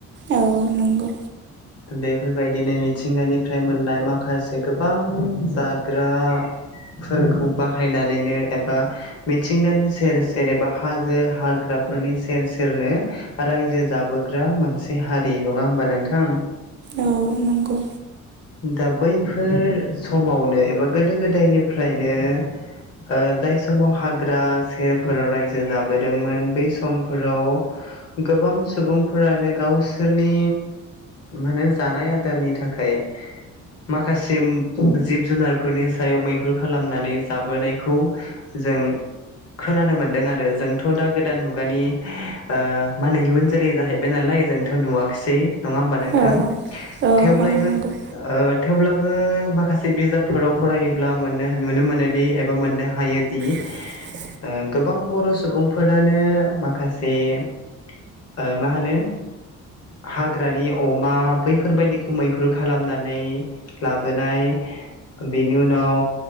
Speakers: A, on the right; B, on the left.
A: औ नंगौ।
B: बेफोरबायदिनो मिथिंगानिफ्राय मोननाय माखासे गोबां जाग्रा फोरखौ बाहायनानैनो एबा मिथिंगानि सेर सेर एबा हाजो हाग्राफोरनि सेर सेरनो रायजो जाबोग्रा मोनसे हारि नङा होमबा नोंथां?
A: औ नंगौ।
B: दा बैफोर समावनो एबा गोदो गोदायनिफ्रायनो ओ जाय समाव हाग्रा सेरफोराव रायजो जाबोदोंमोन बै सम फोराव गोबां सुबुंफोरानो गावसोरनि मा होनो जानाय आदारनि थाखाय माखासे उम जिब जुनारफोरनि सायाव मैहुर खालामनानै जाबोनायखौ जों खोनानो मोनदों आरो जोंथ' दा गोदान मुगानि ओ मा होनो गियुन जोलै जाहैबाय नालाय जोंथ' नुवाखसै। नङा होमबा नोंथां
A: औ औ
B: थेवब्लायबो
A: औ नंगौ
B: ओ थेवब्लाबो माखासे बिजाबफोराव फरायोब्ला मोननो नुनो मोनो दि एबा मोननो हायोदि
A: <unintelligible>
B: ओ गोबां बर' सुबुंफोरानो माख खासे ओ मा होनो हाग्रानि अमा बैफोरबायदिखौ मैहुर खालामनानै लाबोनाय बेनि उनाव